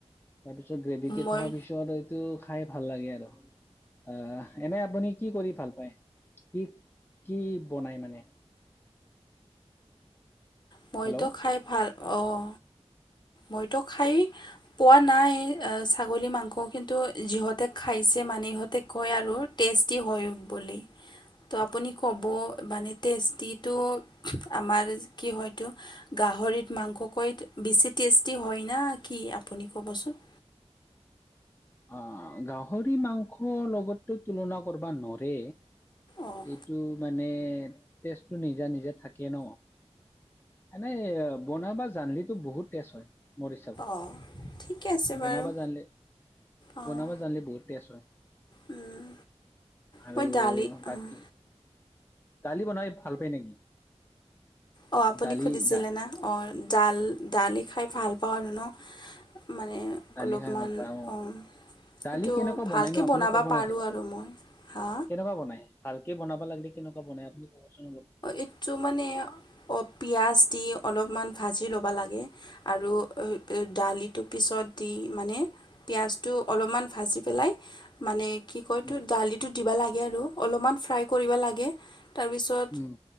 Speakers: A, on the left (about 20°); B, on the left (about 40°).
A: তাৰপিছত গ্ৰেভি কে
B: মই
A: থোৱাৰ পিছত। টো খাই ভাল লাগে আৰু আ এনে আপুনি কি কৰি ভাল পায় কি কি বনাই মানে
B: মইতো
A: হেল্ল'
B: খাই ভাল অঁ মইতো খাই পোৱা নাই ছাগলী মাংস কিন্তু যিহঁতে খাইছে মানে ইহঁতে কয় আৰু টেষ্টি হয় বুলি।
A: <inaudible>
B: ত' আপুনি ক'ব মানে টেষ্টিটো আমাৰ কি হয়তো গাহৰিত মাংসকৈ বেছি টেষ্টি হয় না কি আপুনি ক'বচোন?
A: অ গাহৰি মাংস লগতো তুলনা কৰিব নোৱাৰে
B: অঁ
A: এইটো মানে তেজটো নিজা নিজা থাকে ন এনেই বনাবা জানিলেটো বহুত টেছ হয়। মৰি চাব
B: অঁ ঠিকে আছে
A: বনাবা
B: বাৰু
A: জানিলে।
B: অঁ
A: বনাব জানিলে বহুত টেষ্ট হয়
B: উম,
A: আৰু
B: মই দালি
A: বাকী
B: অঁ
A: দালি বনাই ভাল পায় নেকি?
B: অঁ আপুনি
A: দালি
B: সুধিছিলে
A: দা
B: না অঁ ডাল দালি খাই ভাল পাওঁ আৰু নো মানে
A: দালি
B: অলপমান,
A: খাই ভাল পায়
B: অ
A: দালি
B: এইটো
A: কেনেকুৱা
B: ভালকে
A: বনাই নো আপুনি
B: বনাব
A: ক'ব
B: পাৰোঁ
A: নেকি মোক?
B: আৰু মই হা
A: কেনেকুৱা বনাই? ভালকে বনাব লাগে কেনেকুৱা বাই আপুনি কবচোন? অলপ?
B: এইটো মানে অ পিঁয়াজ দি অলপমান ভাজি ল'ব লাগে। আৰু দালিটো পিছত দি মানে পিঁয়াজটো অলপমান ভাজি পেলাই। মানে কি কয়তটো
A: উম,
B: দালিটো দিবা লাগে আৰু অলপমান ফ্ৰাই কৰিব লাগে তাৰপিছত
A: উম।